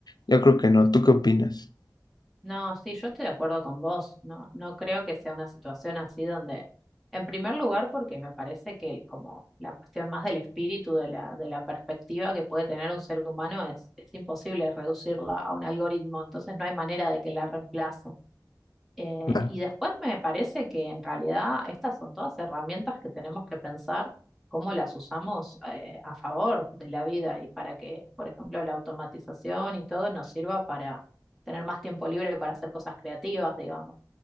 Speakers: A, on the left; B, in the centre.
A: yo creo que no. ¿Tú qué opinas?
B: No, sí, yo estoy de acuerdo con vos. No, no creo que sea una situación así donde, en primer lugar, porque me parece que el- como la cuestión más del espíritu, de la, de la perspectiva que puede tener un ser humano, es, es imposible reducirla a un algoritmo. Entonces no hay manera de que la reemplace. Eh,
A: claro,
B: y después me parece que en realidad estas son todas herramientas que tenemos que pensar cómo las usamos eh, a favor de la vida y para que, por ejemplo, la automatización y todo nos sirva para tener más tiempo libre para hacer cosas creativas, digamos